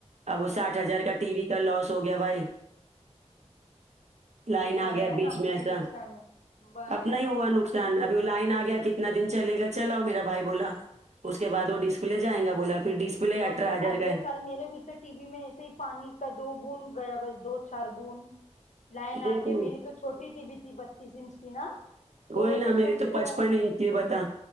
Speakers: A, on the right; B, on the left.
A: اب وہ
B: یا
A: ساٹھ
B: اللہ
A: ہزار کا ٹی وی کا لوس ہو گیا بھائی لائن
B: یہ تو
A: آ گیا بیچ
B: نا اپنا
A: میں ایسا
B: ہی نقصان اس
A: اپنا ہی ہوا نقصان ابھی وہ لائن آ گیا کتنا دن چلے گا چلاؤ میرا بھائی بولا اس کے بعد وہ ڈسپلے جاینگا گا بولا پھر ڈسپلے
B: وہ
A: اٹھارہ
B: اگل
A: ہزار
B: اگلے
A: کا ہے
B: سال میرے بھی تو ٹی وی میں ایسے ہی پانی کا دو بوند گیا بس دو چار بوند لائن
A: دیکھ
B: آ کے
A: لوں
B: میری تو چھوٹی ٹی وی تھی بتیس انچ کی نا تو
A: وہی
B: وہ
A: نا میری
B: سمجھو
A: تو پچپن انچ تھی بتا